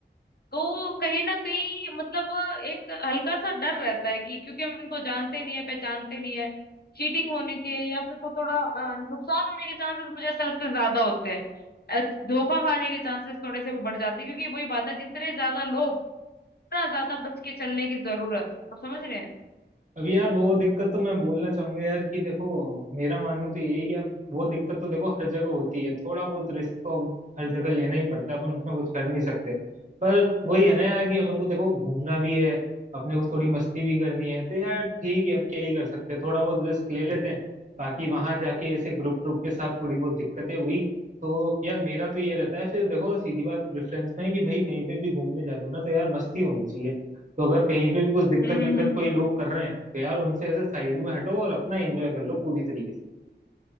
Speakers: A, on the left (about 60°); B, on the right (about 45°).
A: तो कहीं ना कहीं मतलब एक हल्का सा डर रहता है कि क्योंकि हम इनको जानते नहीं है पहचानते नहीं है चीटिंग होने के या फिर को थोड़ा अ, नुकसान होने के चांसेस मुझे ऐसा लगता है ज्यादा होते हैं अ, धोखा खाने के चांसेस थोड़े से बढ़ जाते हैं क्योंकि वही बात है जितने ज्यादा लोग उतना ज्यादा बच के चलने की जरूरत आप समझ रहे हैं
B: अभी यार वो दिक्कत तो मैं बोलना चाहूंगा यार कि देखो मेरा मानना तो यही है कि यार वो दिक्कत तो देखो हर जगह होती है थोड़ा बहुत रिस्क तो अब हर
A: हम्म
B: जगह लेना ही पड़ता है अपन उसमें कुछ कर नहीं सकते पर वही है ना यार कि अपन
A: हम्म
B: को देखो घूमना भी है अपने को थोड़ी मस्ती भी करनी है तो यार ठीक है अब क्या ही कर सकते हैं थोड़ा बहुत रिस्क ले लेते हैं बाकी वहां जाके ऐसे ग्रुप ग्रुप के साथ थोड़ी बहुत दिक्कतें हुई तो यार मेरा तो ये रहता है फिर देखो सीधी बात प्रेफरेंस में है कि भाई कहीं पे भी घूमने जा रहे हो ना तो यार मस्ती होनी चाहिए तो अगर कहीं पे भी कुछ दिक्कत
A: हम्म,
B: विक्कत
A: हम्म,
B: कोई लोग कर रहे हैं तो यार उनसे ऐसे साइड में हटो और अपना एंजॉय कर लो पूरी तरीके से